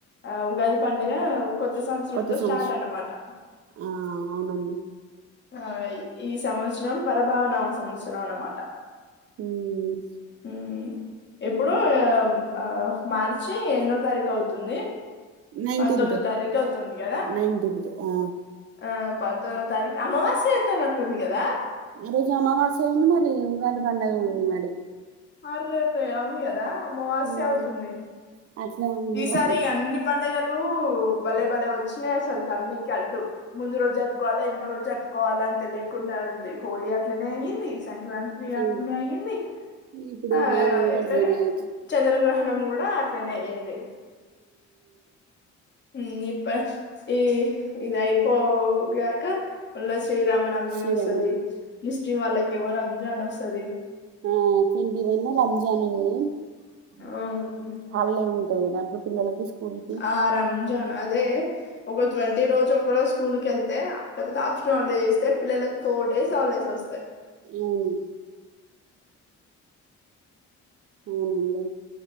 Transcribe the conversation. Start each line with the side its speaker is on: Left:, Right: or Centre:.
Left: ఆ ఉగాద్. పండగావ్. కొత్త సంవత్సరంతో
Right: కొత్త సంవత్స
Left: స్టార్ట్ అన్నమాట.
Right: ఆ అవునండి
Left: ఆ ఈ సంవత్సరం పరభవనామ సంవత్సరం అన్నమాట.
Right: హ్మ్
Left: హుమ్మ్ ఎప్పుడు ఆ. ఆ మార్చి ఎన్నో తారీక్ అవుతుంది.
Right: నైన్టీన్త్
Left: పంతొమ్మిదో తారీక్ అవుతుంది కదా
Right: నైన్టీన్త్ ఆ
Left: ఆ. పంతొమ్మిదో తారీక్ అమావాస్య అయితునట్టుంది కదా.
Right: ఆరోజు అమావాస్య ఉంది మరి, ఉగాది పండగ ఉంది మరి.
Left: అరర్రె అవును గదా. అమవాస్య
Right: హ్మ్
Left: అవుతుంది.
Right: అట్లా ఉంది.
Left: ఈసారి అన్ని పండగల్. లు బలే బలే ఓచ్చినాయి అసలు తంన్నీకి అడ్డు. ముందు రోజు జరుపుకోవాలా, ఎనక రోజు జరుపుకోవాలా, అని తెలియకుండా ఉంది హోలీ అట్లనే అయ్యింది. సంక్రాంత్రి
Right: సం
Left: అట్నే అయ్యింది,
Right: ఇప్పుడు
Left: ఆ
Right: ఉగాది కూడా
Left: ఎట్లనే
Right: అట్లనే అవుతుంది
Left: చంద్రగ్రహ. నం కూడా అట్లానే అయ్యింది. ఈ ఇప్ప. ఈ ఇదియిపోగాక మల్లచ్. శ్రీరామనవమి
Right: శ్రీరామనవమి
Left: ఓస్తాది. హిందీ వాళ్ళకేమో రంజన్ ఓస్తాది.
Right: ఆ పిరిలు ఉన్ను, రంజాన్ ఉన్నాయి. <unintelligible>
Left: అవును.
Right: పోయినంకా పిల్లలకి స్కూల్కి.
Left: ఆ రంజాన్ అదే ఒక ట్వంటీ రోజు ఒక రోజు స్కూల్కి ఎళ్తే లేకపోతే ఆప్షనల్ డే ఇస్తే పిల్లలకు. ఫోర్ డేస్ హాలిడేస్ ఓస్తాయి.
Right: అవును అవునండి